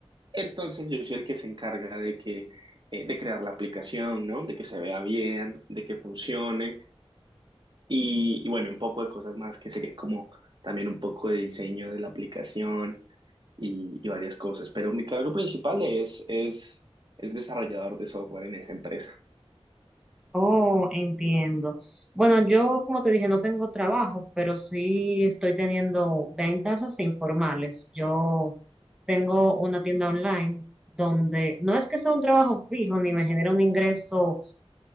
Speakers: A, on the right (about 45°); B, in the centre.
A: Entonces, yo soy el que se encarga de que, eh, de crear la aplicación, ¿no? De que se vea bien, de que funcione, y, y bueno, un poco de cosas más que serían como también un poco de diseño de la aplicación y, y varias cosas. Pero mi cargo principal es, es, es desarrollador de software en esa empresa.
B: Oh, entiendo. Bueno, yo como te dije, no tengo trabajo, pero sí estoy teniendo ventas así informales. Yo tengo una tienda online donde no es que sea un trabajo fijo ni me genera un ingreso